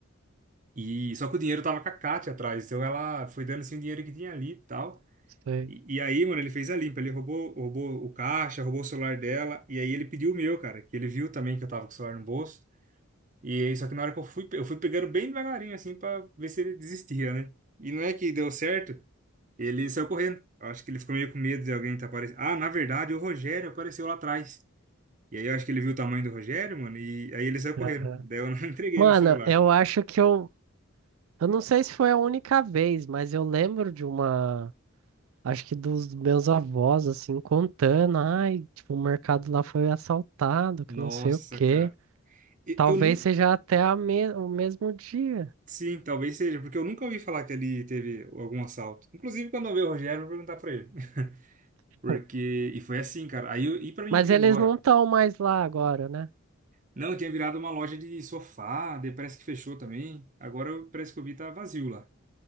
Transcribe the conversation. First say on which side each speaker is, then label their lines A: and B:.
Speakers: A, on the right; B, on the right.
A: E só que o dinheiro tava com a Kátia atrás, então ela foi dando assim o dinheiro que tinha ali e tal.
B: Sei.
A: E, e aí, mano, ele fez a limpa, ele roubou, roubou o caixa, roubou o celular dela, e aí ele pediu o meu, cara, que ele viu também que eu tava com o celular no bolso. E aí, só que na hora que eu fui, eu fui pegando bem devagarinho, assim, pra ver se ele desistia, né? E não é que deu certo, ele saiu correndo. Eu acho que ele ficou meio com medo de alguém tá aparecendo. Ah, na verdade, o Rogério apareceu lá atrás. E aí eu acho que ele viu o tamanho do Rogério, mano, e aí ele saiu correndo.
B: Aham.
A: Daí eu não <laughs> entreguei
B: Mano,
A: meu celular.
B: eu acho que eu. Eu não sei se foi a única vez, mas eu lembro de uma. Acho que dos meus avós, assim, contando. Ai, tipo, o mercado lá foi assaltado, que
A: Nossa,
B: não sei o quê.
A: cara. E-
B: Talvez
A: Eu não,
B: seja até a me... o mesmo dia.
A: Sim, talvez seja, porque eu nunca ouvi falar que ali teve algum assalto. Inclusive, quando eu ver o Rogério, eu vou perguntar pra ele. <laughs>
B: <laughs>
A: Porque. E foi assim, cara. Aí eu... e pra mim
B: Mas
A: vir
B: eles
A: embora.
B: não estão mais lá agora, né?
A: Não, tinha virado uma loja de sofá, daí parece que fechou também. Agora eu- parece que eu vi tá vazio lá.